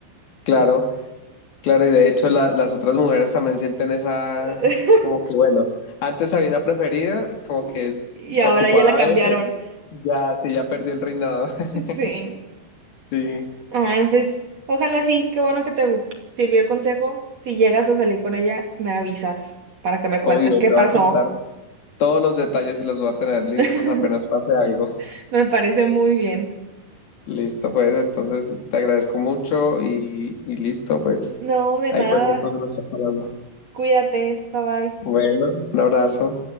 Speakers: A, on the left (about 60°); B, on the right (about 40°).
A: claro. Claro, y de hecho la- las otras mujeres también sienten esa,
B: <laughs>
A: como que bueno, antes había una preferida, como
B: Y,
A: que
B: y ahora
A: ocupaba
B: ya la cambiaron.
A: eso, ya, sí, ya perdió el reinado. <laughs>
B: Sí.
A: Sí,
B: Ah, pues ojalá sí, qué bueno que te sirvió el consejo. Si llegas a salir con ella, me avisas para que me cuentes
A: obvio,
B: qué
A: te
B: pasó.
A: voy a contar todos los detalles y los voy a tener listos
B: <laughs>
A: apenas pase algo.
B: Me parece muy bien.
A: Listo, pues, entonces te agradezco mucho y, y listo, pues,
B: No, de
A: ahí
B: nada.
A: cualquier cosa nos está hablando.
B: Cuídate. Bye bye.
A: Bueno, un abrazo.